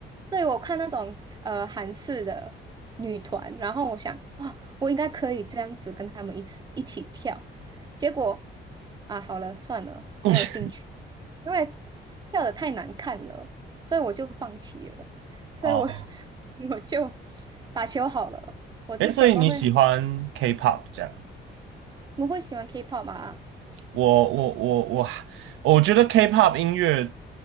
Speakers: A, on the right (about 20°); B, on the right (about 80°).
A: 对，我看那种呃韩式的女团，然后我想，哦，我应该可以这样子跟他们一起一起跳。结果啊，好了，算了，没有兴趣，
B: 哦。<laughs>
A: 因为跳的太难看了，所以我就放弃了。所以我
B: 哦，
A: <laughs> 我就打球好了。我之前都会
B: 哎，所以你喜欢 K-pop 这样？
A: 我会喜欢 K-pop 嘛，
B: 我我我我我觉得 K-pop 音乐